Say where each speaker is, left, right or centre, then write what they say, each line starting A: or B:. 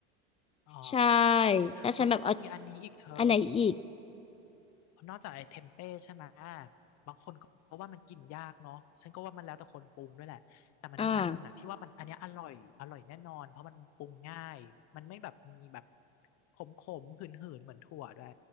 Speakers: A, on the left; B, on the left.
A: อ๋อ
B: ใช่ถ้าฉันแบบเอา
A: แล้วก็มันมีอันนี้อีกเธอ
B: อันไหนอีก
A: นอกจากไอ้เทมเป้ใช่ไหมบางคนก็ว่ามันกินยากเนาะฉันก็ว่ามันแล้วแต่คนปรุงด้วยแหละแต่มันมีอันนึงอ่ะที่ว่ามันอันเนี้ยอร่อยอร่อยแน่นอนเพราะมันปรุงง่ายมันไม่แบบมีแบบ
B: อ่า
A: ขมขมหืนหืนๆเหมือนถั่วด้วย